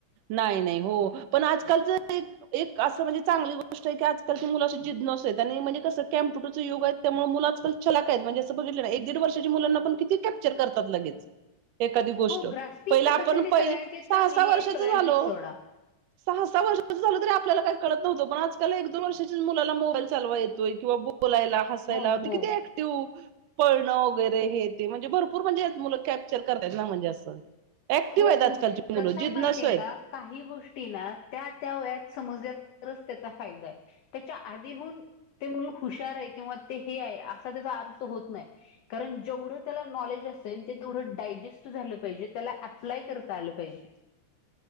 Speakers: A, on the right (about 85°); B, on the left (about 75°).
A: नाही नाही हो पण आजकालच एक एक असं म्हणजे चांगली गोष्ट आहे की आजकालची मुलं अशी जिद नसत आणि म्हणजे कसं कॅमपुटरच योग त्यामुळे मुलं आजकाल चलाकय आहेत म्हणजे असं बघितलं ना एकीड वर्षाच्या मुलांना पण कि कॅप्चर करतात लगेच एखादी गोष्ट
B: हो ग्रास्पिंग
A: पहिले
B: कपॅसिटी
A: आपण
B: सगळ्यांची
A: पहि सहा
B: चांगली
A: सहा
B: आहे
A: वर्षाच
B: सगळ्यांची
A: झालो
B: सोडा
A: सहा सहा वर्षा तरी आपल्याला का कळत नवतंणजकाल एक दोन वर्षाच्याच मुला मोबाईल चालवा येतोय किंवा बोलायला हायला
B: हो हो
A: कि त पळणं वगैरे हे ते म्हणजे भरपूर म्हणजे मुलं कॅप्चर करतत ना म्हणजे असं ऍक्टिव्ह
B: हो
A: आहेत
B: पण
A: आजकालची
B: कसंय
A: मुलं जिज्ञासू
B: माहितीय
A: आहेत
B: का काही गोष्टी ना त्या त्या वयात समजल्या तरच त्याचा फायदा आहे त्याच्या आदीहून ते मुूल हुशार आय किंवा ते हे आय असा त्याचा अर्त होत नाइ कारण जेवढं त्याला नॉलेज असेल ते तेवढं डायजेस्ट झालं पाहिजे त्याला अप्लाय करता आल पायजे